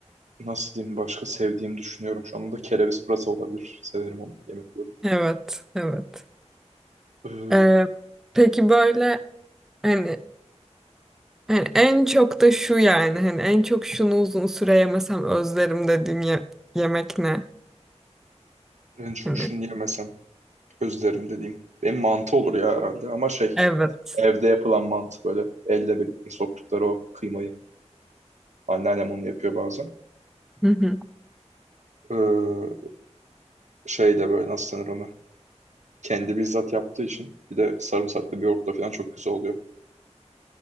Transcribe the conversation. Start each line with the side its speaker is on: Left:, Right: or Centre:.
Right: nasıl diyeyim başka sevdiğimi düşünüyorum. Şu anda kereviz pırasa olabilir. Severim onu yemek olarak.
Centre: Evet, evet.
Right: Ee,
Centre: Ee, peki böyle hani Yani en çok da şu yani hani en çok şunu uzun süre yemesem özlerim dediğim ye- yemek ne?
Right: en çok
Centre: Hani
Right: şunu yemesem özlerim dediğim. Benim mantı olur ya herhalde ama şey
Centre: evet.
Right: evde yapılan mantı böyle elle bir bir soktukları o kıymayı. Anneannem onu yapıyor bazen.
Centre: Hı hı.
Right: Ee, şey de böyle nasıl denir ona. Kendi bizzat yaptığı için bir de sarımsaklı bir yoğurtla falan çok güzel oluyor.